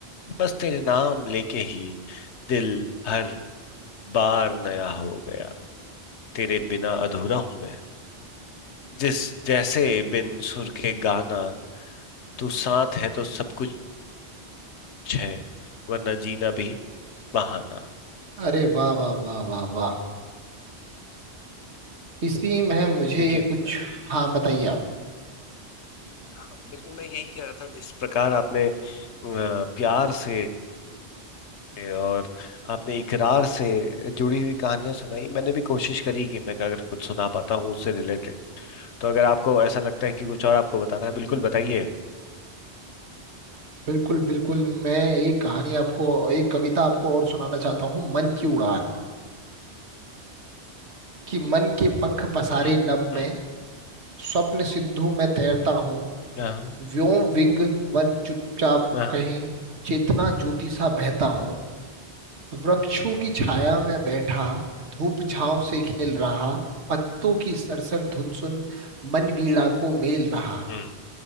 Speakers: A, on the left; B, on the right.
A: बस तेरे नाम लेके ही दिल हर बार नया हो गया तेरे बिना अधूरा हूं मैं जिस जैसे बिन सुर के गाना तू साथ है तो सब कुछ है वरना जीना भी बहाना
B: अरे वाह वाह वाह वाह वाह इसी में मुझे
A: देखिए
B: एक कुछ
A: मैं-
B: हाँ बताइए आप
A: हाँ, बिल्कुल मैं यही कह रहा था जिस प्रकार आपने अ, प्यार से और आपने इकरार से जुड़ी हुई कहानियां सुनाई मैंने भी कोशिश करी कि मैं अगर कुछ सुना पाता हूँ उससे रिलेटेड तो अगर आपको ऐसा लगता है कि कुछ और आपको बताना है बिल्कुल बताइए
B: बिल्कुल बिल्कुल मैं एक कहानी आपको एक कविता आपको और सुनाना चाहता हूँ मन की उड़ान कि मन के पंख पसारे
A: हम्म
B: नभ
A: हम्म
B: में स्वप्न सिंधु में तैरता हूँ
A: हाँ
B: व्योम विंग वन चुपचाप
A: हाँ
B: कहीं चेतना ज्योति सा बहता हूँ वृक्षों की छाया में बैठा धूप छांव से खेल रहा पत्तों की सरसर धुन सुन मन वीणा को मेल रहा
A: हम्म